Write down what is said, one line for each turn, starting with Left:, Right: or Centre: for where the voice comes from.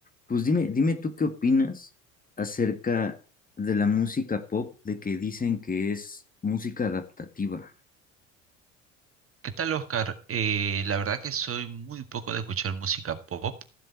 Left: Pues dime, dime tú qué opinas acerca de la música pop, de que dicen que es música adaptativa.
Right: ¿Qué tal, Oscar? Eh, la verdad que soy muy poco de escuchar música pop.